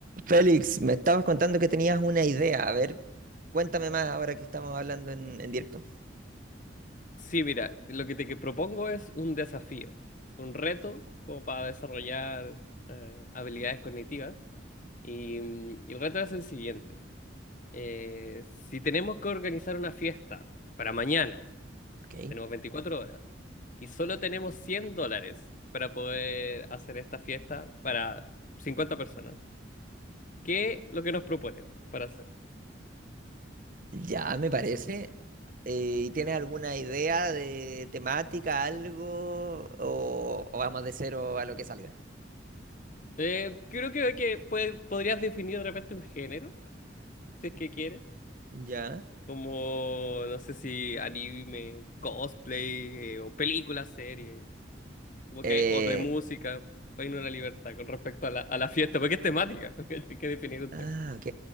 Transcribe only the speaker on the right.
Félix, me estabas contando que tenías una idea. A ver, cuéntame más ahora que estamos hablando en, en directo.
Ok.
Ya, me parece. Eh, ¿y ¿tienes alguna idea de temática, algo? ¿O, o vamos de cero a lo que salga?
Ya.
Eh,
ah,
ok.